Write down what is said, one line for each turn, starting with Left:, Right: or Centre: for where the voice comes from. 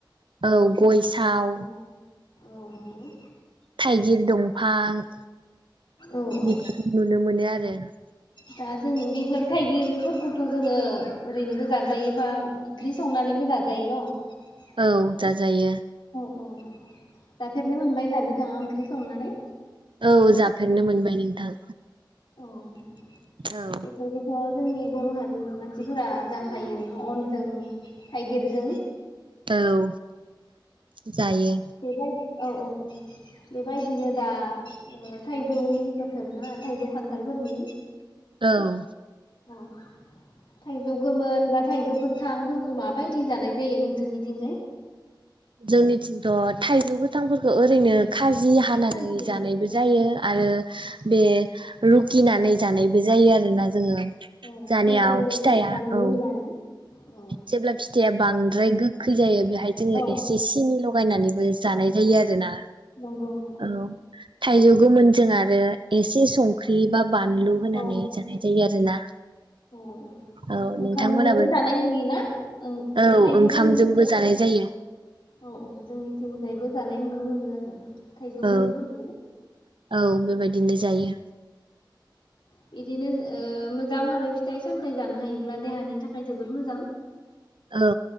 Right: औ। गय साव।
Left: औ औ नंगौ।
Right: थाइगिर दंफां।
Left: औ औ
Right: बेफोरखौ नुनो मोनो आरो। <inaudible>
Left: दा जों बेफोर थाइगिरफोरखौथ' जोङो ओरैनोबो जाजायो बा ओंख्रि संनानैबो जाजायो न'।
Right: औ जाजायो
Left: औ औ जाफेरनो मोनबाय दा बिथाङा ओंख्रि संनानै।
Right: औ जाफेरनो मोनबाय नोंथां।
Left: <unintelligible>
Right: औ
Left: जोंनि बर' हारिनि मानसिफोरा जाखायो न अनजों थाइगिरजों।
Right: औ जायो।
Left: बेबाय औ औ बेबायदिनो दा ओ थाइजौनि बोथोर ना खान्थालफोरनि।
Right: औ।
Left: औ। थाइजौ गोमोन बा थाइजौ गोथांफोरखौ माबायदि जानाय जायो नोंसोरनिथिंजाय।
Right: जोंनिथिंथ। थाइजौ गोथांफोरखौ ओरैनो खाजि हानानै
Left: खाजि
Right: जानायबो
Left: औ
Right: जायो आरो। बे रुखिनानै जानायबो जायो आरोना जोङो।
Left: औ
Right: जानायाव
Left: संख्रै
Right: फिथाया
Left: बानलु
Right: औ
Left: होनानै औ
Right: जेब्ला फिथाइया बांङो। द्राय गोखै जायो बे बेहाय जोङो
Left: औ
Right: एसे सिनि लगायनानैबो जानाय जायो आरो ना।
Left: नंगौ नंगौ
Right: औ थाइजौ गोमोन जों आरो एसे संख्रि बा बानलु होनानै
Left: औ
Right: जानाय जायो आरो ना।
Left: औ
Right: औ
Left: ओंखामदोबो
Right: नोंथांमोनाबो
Left: जानाय नुयोना ओं
Right: औ
Left: थाइजौ
Right: ओंखामजोंबो
Left: गोमोनफोरखौ
Right: जानाय जायो।
Left: औ औ जोंनिथिंजायबो जानाय नुनो मोनो आरो। थाइजौ गोमोनफोरखौ
Right: औ औ बेबायदिनो जायो।
Left: बिदिनो मोजां आरो फिथाइ सामथायाइ जानो हायोब्ला देहानि थाखाय जबोर मोजां।
Right: औ